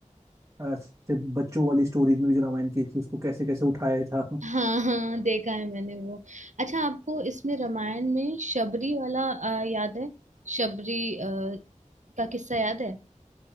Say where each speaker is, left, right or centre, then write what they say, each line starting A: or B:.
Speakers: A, on the right; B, on the right.
A: ऐसे बच्चों वाली स्टोरीज में भी जो रामायण की थी उसको कैसे कैसे उठाया था
B: हाँ हाँ देखा है मैंने वो अच्छा आपको इसमें रामायण में शबरी वाला अ, याद है शबरी अ, का किस्सा याद है